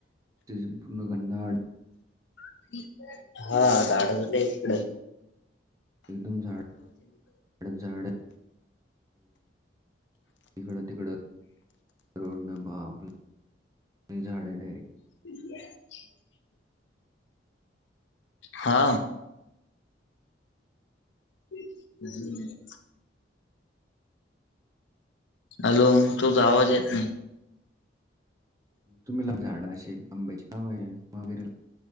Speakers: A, on the right; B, on the left.
A: तिजे पूर्ण गंडा
B: <inaudible> हा गाड होत नाही तिकड.
A: एकदम झाड झा झाड. <inaudible> इकड तिकड रोड न बा आपले झाडे डायरेक्ट.
B: <unintelligible> हा. हम्. हॅलो! तुझा आवाज येत नाही.
A: तुम्हीला झाडं, शेत आंब्याची <unintelligible> वगैरे.